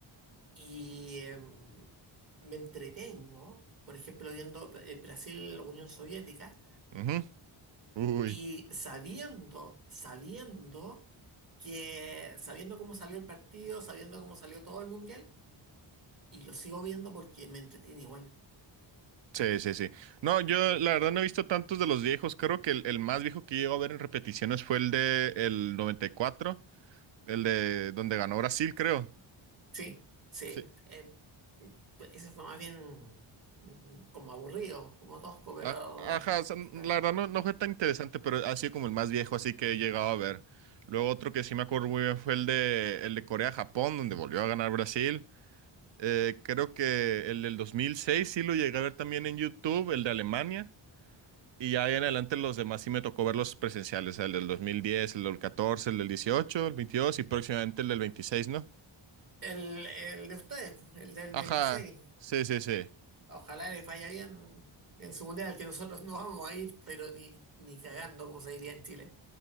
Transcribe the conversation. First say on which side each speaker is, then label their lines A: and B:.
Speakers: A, on the right (about 40°); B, on the right (about 60°).
A: y em, me entretengo, por ejemplo, viendo eh, Brasil-Unión Soviética.
B: ujú. Uy.
A: Y sabiendo, sabiendo que, sabiendo cómo salió el partido, sabiendo cómo salió todo el mundial, y lo sigo viendo porque me entretiene igual.
B: Sí, sí, sí. No, yo la verdad no he visto tantos de los viejos. Creo que el, el más viejo que llego a ver en repeticiones fue el de el 94, el de donde ganó Brasil, creo.
A: Sí, sí.
B: Sí.
A: eh, pues, ese fue más bien mm, como aburrido, como tosco, pero
B: A- Ajá, o sea, n-
A: eh,
B: la verdad no, no fue tan interesante, pero ha sido como el más viejo, así que he llegado a ver. Luego otro que sí me acuerdo muy bien fue el de el de Corea-Japón, donde volvió a ganar Brasil. Eh, creo que el del 2006 sí lo llegué a ver también en YouTube, el de Alemania. Y ya ahí en adelante los demás sí me tocó ver los presenciales, el del 2010, el del 14, el del 18, el 22 y próximamente el del 26, ¿no?
A: el, el de ustedes, pues, el del
B: Ajá,
A: veintiséis
B: sí, sí, sí.
A: Ojalá les vaya bien en su mundial, que nosotros no vamos a ir, pero ni, ni cagando, como se diría en Chile.